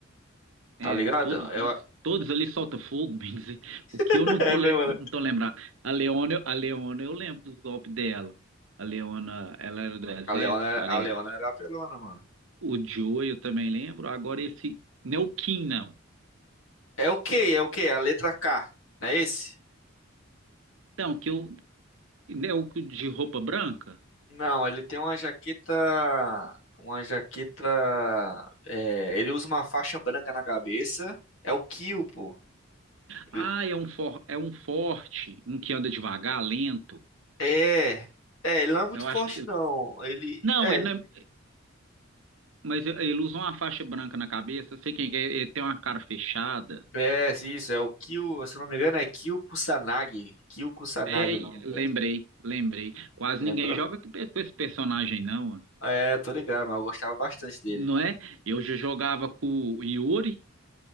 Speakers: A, on the left; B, on the right.
A: Tá
B: É,
A: ligado?
B: todos
A: Eu,
B: ali, todos ali soltam fogo, <laughs> bem dizer. O Kyo
A: <laughs>
B: eu não
A: É
B: tô,
A: mesmo,
B: le- não tô lembrado. A Leona, a Leona, eu lembro dos golpes dela. A Leona, ela era do exército,
A: A Leona,
B: parece.
A: a Leona era apelona, mano.
B: O Joe, eu também lembro. Agora esse, não é o Kim, não.
A: É o quê? É o quê? A letra K. Não é esse?
B: Não, que eu, é o de roupa branca.
A: Não, ele tem uma jaqueta. Uma jaqueta. é, ele usa uma faixa branca na cabeça. É o Kill, pô. Ele-
B: Ah, é um, for, é um forte, um que anda devagar, lento.
A: É. É, ele não é muito
B: Eu
A: forte,
B: acho.
A: não. Ele.
B: Não,
A: É,
B: ele
A: ele-
B: não é. Mas ele usa uma faixa branca na cabeça, sei quem que é, ele tem uma cara fechada.
A: é isso. É o Kill. Se eu não me engano, é Kill Kusanagi. Kill Kusanagi
B: É,
A: o nome
B: lembrei,
A: dele.
B: lembrei. Quase
A: Lembrou?
B: ninguém joga com pe- com esse personagem, não,
A: É, tô ligado, mas eu gostava bastante dele.
B: não é? Eu já jogava com o Iori,